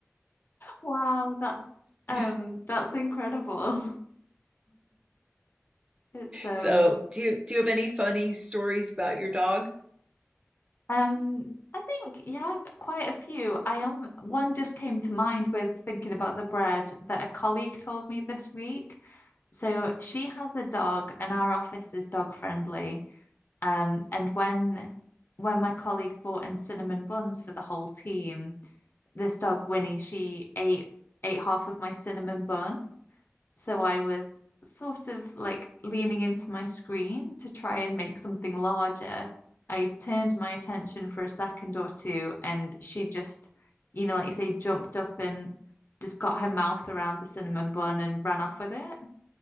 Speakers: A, on the left; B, on the right.
A: Wow, that's um
B: <laughs>
A: that's incredible. <laughs> It's um
B: so, do you do you have any funny stories about your dog?
A: um I think yeah, g- quite a few. I am one just came to mind with thinking about the bread that a colleague told me this week. So she has a dog and our office is dog friendly. Um and when when my colleague bought in cinnamon buns for the whole team, this dog Winnie, she ate ate half of my cinnamon bun. So I was sort of like leaning into my screen to try and make something larger. I turned my attention for a second or two, and she just, you know, like you say, jumped up and just got her mouth around the cinnamon bun and ran off with it.